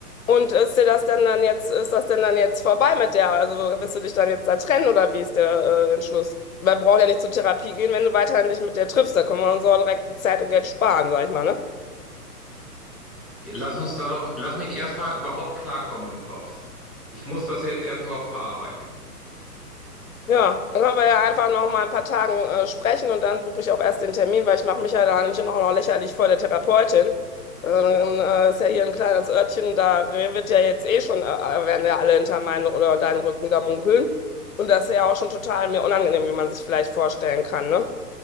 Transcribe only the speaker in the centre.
Lass uns da doch, lass mich erstmal überhaupt klarkommen im Kopf. Ich muss das jetzt erstmal überhaupt verarbeiten.